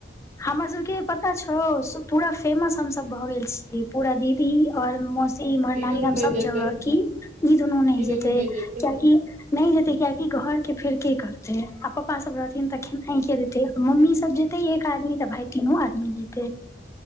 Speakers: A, on the left; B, on the right.
A: हमरा सबके। पता छौ, पूरा फेमस हम सब भए गेल छीयै, पूरा दीदी और मस। इम्हर नानी-गाम
B: ई दुनू नहि
A: सब
B: जेतै
A: जगह की इ दुनू न
B: ई
A: जेतै,
B: दुनू नहि जेतै
A: कियाकि न जेते कियाकि। घर के फेर की करते, आ पपा सब रह। तऽ खेनाइ के देतै, मम्मी सब जेते एक आदमी तऽ भाय तीनों आदमी जेतै।